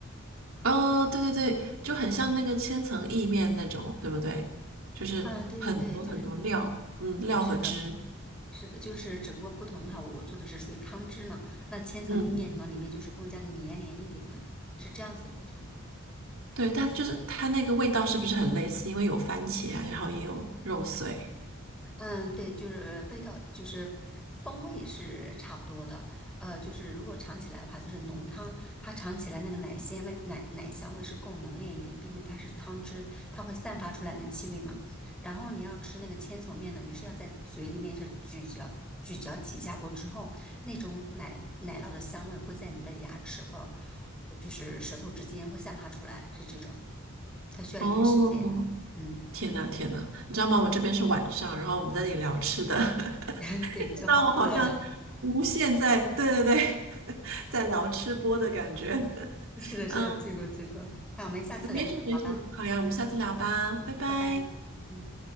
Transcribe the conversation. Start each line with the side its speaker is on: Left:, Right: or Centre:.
Right: 哦，对对对，就很像那个千层意面那种，对不对？就是很多很多料，
Centre: 嗯，对对对，就是
Right: 嗯，料和汁。
Centre: 是的，是的，就是只不过不同的话，我做的是属于汤汁嘛，那千层意面可能里面就是更加的绵连一点嘛，
Right: 嗯嗯。
Centre: 是这样子的不同。
Right: 对，但就是它那个味道是不是很类似？因为有番茄啊然后也有肉碎。
Centre: 嗯，对，就是味道，就是风味是差不多的。呃，就是如果尝起来的话，就是浓汤，它尝起来那个奶鲜味、奶奶香味是更浓烈一点，毕竟它是汤汁，它会散发出来那气味嘛。然后你要吃那个千层面呢，你是要在嘴里面是咀嚼、咀嚼几下过之后，那种奶奶酪的香味会在你的牙齿和就是舌头之间会散发出来，是这种。它需要一点时间。
Right: 哦，
Centre: 嗯，
Right: 天呐天呐，你知道吗？我这边是晚上，然后我们在这里聊吃的，<laughs>
Centre: <laughs> 对，就好饿啊。
Right: 让我好像无限在，对对对，<laughs> 在聊吃播的感觉。<laughs>
Centre: 是的，是的，
Right: 嗯，
Centre: 这个这个，那我们下次聊，
Right: 没事没事，
Centre: 好吧，
Right: 好呀，我们下次聊吧，拜拜。
Centre: 拜拜，嗯。